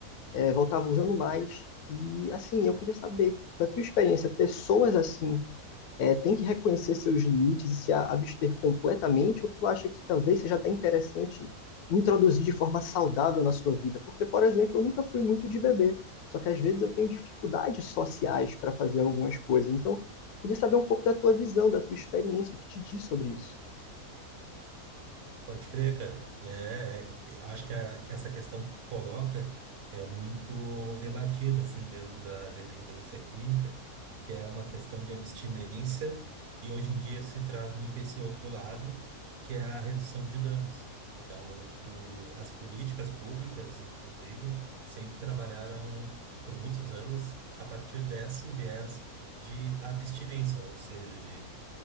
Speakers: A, on the left; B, on the right.
A: É, voltava usando mais. E assim, eu queria saber da tua experiência, pessoas assim é, tem que reconhecer seus limites e se a- abster completamente, ou tu acha que talvez seja até interessante introduzir de forma saudável na sua vida? Porque, por exemplo, eu nunca fui muito de beber, só que às vezes eu tenho dificuldades sociais para fazer algumas coisas. Então, queria saber um pouco da tua visão, da tua experiência, o que te diz sobre isso.
B: Pode crer, cara. É, é, acho que a- essa questão que tu coloca é muito debatida, assim, dentro da dependência química, que é uma questão de abstinência, e hoje em dia se traz muito esse outro lado, que é a redução de danos. Então, o, as políticas públicas, inclusive, sempre trabalharam por muitos anos a partir desse viés de abstinência, ou seja, de